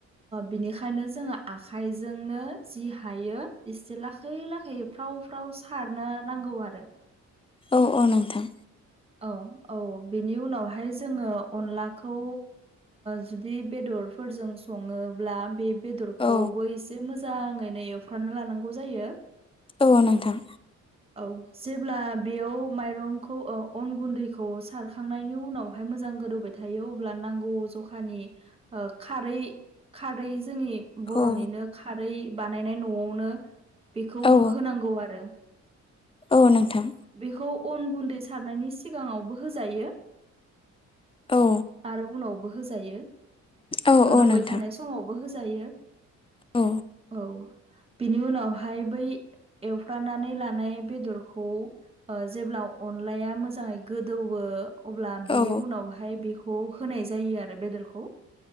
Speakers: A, on the right (about 20°); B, on the left (about 20°).
A: बिनिखायनो जोङो आखाइजोंनो जि हायो एसे लाखै लाखै फ्राव फ्राव सारनो नांगौ आरो।
B: औ औ नोंथां
A: औ औ बेनि उनावहाय जोङो अनलाखौ जुदि बेदरफोरजों सङोब्ला बे बेदरखौबो
B: औ
A: एसे मोजाङैनो ए फ्रामना लानांगौ जायो।
B: औ नोंथां।
A: औ जेब्ला बेयाव माइरंखौ औ अन गुन्दैखौ सारखांनायनि उनावहाय मोजां गोदौबाय थायो अब्ला नांगौ जखानि खारै खारै जोंनि बर'निनो
B: औ
A: खारै बानायनाय न'आवनो बेखौ
B: औ
A: होनांगौ आरो
B: औ नोंथां
A: बेखौ अन गुन्दै सारनायनि सिगाङावबो होजायो
B: औ
A: आरो उनावबो होजायो
B: औ
A: गोदौबाय
B: औ नोंथां
A: थानाय समावबो होजायो।
B: औ
A: औ बिनि उनावहाय बै एवफ्रानानै लानाय बेदरखौ जेब्ला अ अनलाया मोजांयै गोदौयो अब्ला बिनि
B: औ
A: उनाहाय हाय बेखौ होनाय जायो आरो बेदरखौ